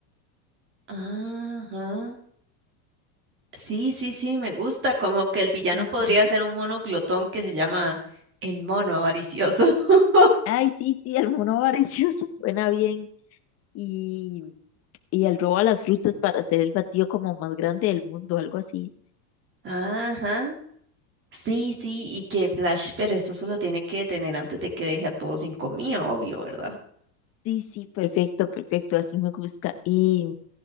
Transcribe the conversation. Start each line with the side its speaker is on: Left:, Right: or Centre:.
Right: Ajá. Sí, sí, sí, me gusta. Como que el villano
Left: Ujú.
Right: podría ser un mono glotón que se llama el mono avaricioso. <laughs>
Left: Ay, sí, sí, Almodóvar, sí, eso <laughs> suena bien. Y, y el robo a las frutas para hacer el batido como más grande del mundo, algo así.
Right: Ajá. Sí, sí, y que Flash, pero eso solo tiene que detener antes de que deje a todos sin comida, obvio, ¿verdad?
Left: Sí, sí, perfecto, perfecto, así me gusta. ¿Y